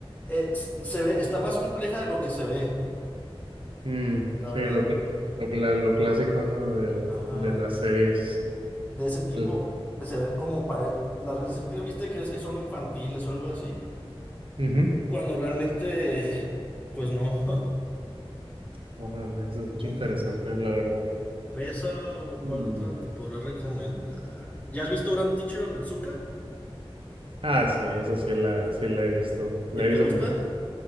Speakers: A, on the left; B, on the right.
A: eh, s- se ve, está más compleja de lo que se ve,
B: mm,
A: la
B: sí,
A: verdad.
B: lo, cl- lo, cla- lo clásico, ¿no? De,
A: Ajá.
B: de las series.
A: de ese tipo
B: El,
A: que se ven como pare- las veces que le viste crees que son infantiles o algo así,
B: ujú.
A: cuando realmente, pues no. <laughs>
B: Órale, se escucha
A: Ujú.
B: interesante, la verdad.
A: ¿Esa o cuál
B: Mm.
A: otra te podré recomendar? ¿Ya has visto Grand Teacher Onitsuka?
B: Ah, sí, esa sí la, sí la he visto. La
A: ¿Y
B: he
A: te
B: visto
A: gusta?
B: como,